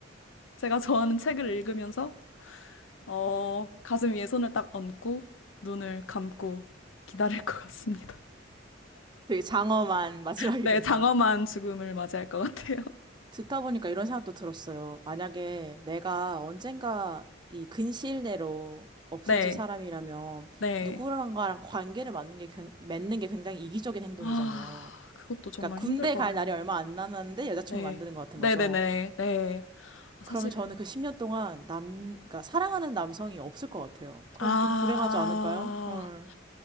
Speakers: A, on the left (about 80°); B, on the right (about 25°).
A: 제가 좋아하는 책을 읽으면서, 어, 가슴 위에 손을 딱 얹고, 눈을 감고 기다릴 것 같습니다.
B: 되게 장엄한 <laughs> 마지막이군요.
A: <laughs> 네, 장엄한 죽음을 맞이할 것 같아요.
B: 듣다 보니까 이런 생각도 들었어요. 만약에 내가 언젠가 이 근시일 내로 없어질
A: 네,
B: 사람이라면
A: 네.
B: 누구랑가랑 관계를 맺는 게, 굉- 맺는 게 굉장히 이기적인 행동이잖아요.
A: 아, 그것도 정말
B: 그러니까 군대
A: 힘들 것
B: 갈
A: 같네요.
B: 날이 얼마 안 남았는데 여자친구를
A: 네.
B: 만드는 것 같은
A: 네네네.
B: 거죠.
A: 네. 아, 사실,
B: 그러면 저는 그 10년 동안 남, 그러니까 사랑하는 남성이 없을 것 같아요. 그러면
A: 아,
B: 좀 불행하지 않을까요? 응.